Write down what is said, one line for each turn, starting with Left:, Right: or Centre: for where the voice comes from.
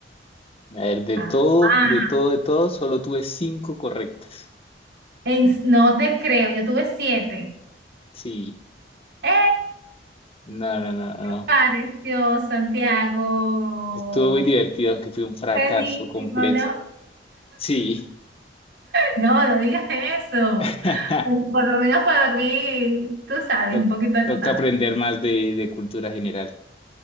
Left: A ver, de
Right: Ajá.
Left: todo, de todo, de todo, solo tuve cinco correctas.
Right: En- no te creo, yo tuve siete.
Left: Sí.
Right: ¡Eh!
Left: No, no, no, no.
Right: Pareció Santiago.
Left: Estuvo muy divertido, aunque fue un fracaso
Right: Buenísimo,
Left: completo.
Right: ¿no?
Left: Sí.
Right: No, no digas eso.
Left: <laughs>
Right: Bueno, por lo menos para dormir, tú sabes,
Left: To-
Right: un poquito animado.
Left: toca aprender más de, de cultura general.